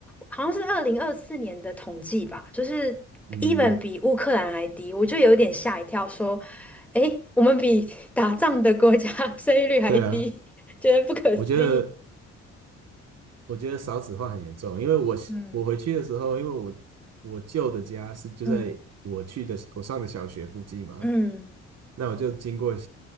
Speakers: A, in the centre; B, on the right.
A: 好像是二零二四年的统计吧，就是
B: 嗯，
A: even 比乌克兰还低，我就有点吓一跳，说，诶，我们比 <laughs> 打仗的国家 <laughs> 生育率还低，
B: 对啊，
A: 觉得不可思议。
B: 我觉得。我觉得少子化很严重，因为我我回去的时候，
A: 嗯
B: 因为我我舅的家是就在我去的我上的小学附近嘛，
A: 嗯嗯
B: 那我就经过，